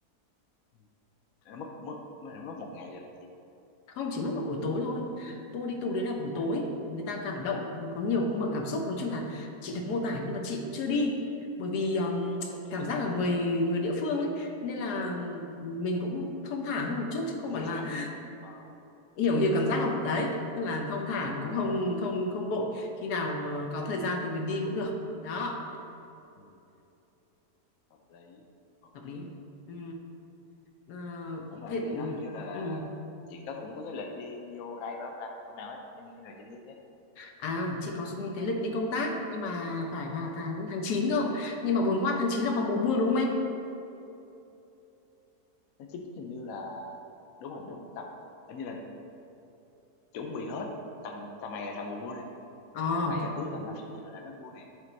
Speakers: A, on the left; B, on the left.
A: Ừ, nó mất mất nó mất một ngày rồi đó chị
B: không chỉ mất một buổi tối
A: một ngày
B: thôi tour đi tour đấy là buổi
A: à
B: tối
A: một buổi
B: người ta cảm động có nhiều cung bậc cảm xúc nói chung là chị được mô tả nhưng mà chị cũng chưa đi bởi vì um,
A: <laughs>
B: cảm giác là người người địa phương ấy nên là mình cũng thong thả hơn một chút chứ không
A: nó dậy
B: phải là
A: sẵn đó. ờ
B: hiểu hiểu cảm giác không đấy tức là thong thả
A: ờ
B: cũng không
A: ờ
B: không không vội khi nào ờ, có thời gian thì mình đi cũng được đó
A: ừ, hợp lý ok
B: hợp lý ừ. Ờ,
A: ủa mà
B: thế
A: em
B: ừ.
A: nghe nói hình như là
B: ừ.
A: chị có cũng có cái lịch đi vô đây phải không ta hôm nào ấy cho nên khi nào chị đi ấy
B: À, chị có cái lịch đi công tác nhưng mà phải vào tháng tháng 9 cơ. Nhưng mà buồn quá tháng 9 là vào mùa mưa đúng không em?
A: nó chính hình như là đúng rồi đúng rồi, tầm hình như là chuẩn bị hết tầm tầm này là tầm mùa mưa nè
B: Ờ,
A: tầm này
B: thế-
A: là cứ tầm năm sáu giờ là nó mưa nè